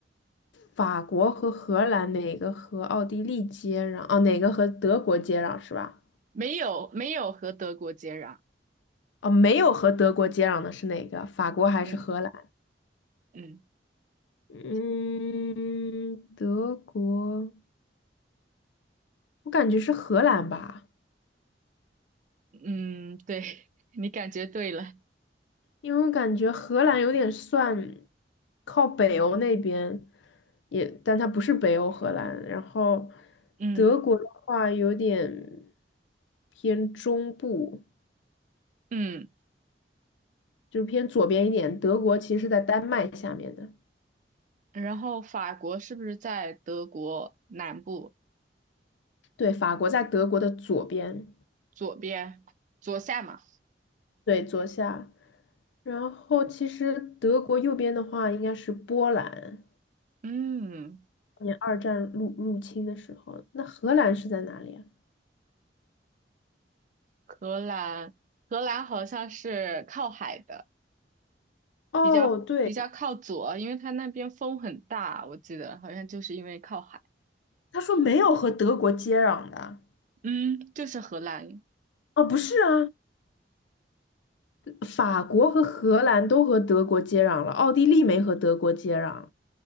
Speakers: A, on the left; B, on the right.
A: 法国和荷兰哪个和奥地利接壤？哦，哪个和德国接壤是吧？
B: 没有，没有和德国接壤，
A: 哦，没有和德国接壤的是哪个？法国还是荷兰？
B: 嗯嗯
A: 嗯，德国，我感觉是荷兰吧，
B: 嗯，对，<laughs> 你感觉对了，
A: 因为我感觉荷兰有点算靠北欧那边，也，但它不是北欧荷兰。然后
B: 嗯
A: 德国的话有点偏中部，
B: 嗯，
A: 就是偏左边一点。德国其实是在丹麦下面的，
B: 然后法国是不是在德国南部
A: 对，法国在德国的左边，
B: 左边左下嘛？
A: 对，左下。然后其实德国右边的话应该是波兰。
B: 嗯，
A: 年二战入入侵的时候，那荷兰是在哪里啊？
B: 荷兰，荷兰好像是靠海的。
A: 哦，
B: 比较比较靠左，
A: 对，
B: 因为它那边风很大，我记得好像就是因为靠海。
A: 他说没有和德国接壤的，
B: 嗯，就是荷兰，
A: 哦，不是啊，法国和荷兰都和德国接壤了，奥地利没和德国接壤。